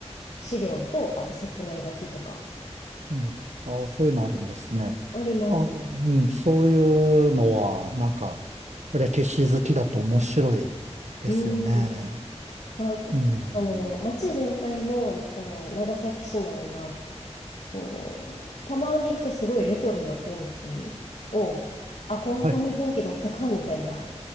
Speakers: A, on the left; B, on the right.
A: 資料と、あと説明書きとか
B: うん。ああ、そういうのあるんですね。
A: あります。
B: あ、うん、そういうのは、なんか、歴史好きだと面白いですよね。
A: うん。あ、
B: うん。
A: あの、街全体も、その、長崎市内は、こう、たまに行くとすごいレトロな雰囲気を、あ、この、
B: はい
A: この雰囲気だったか、みたいな。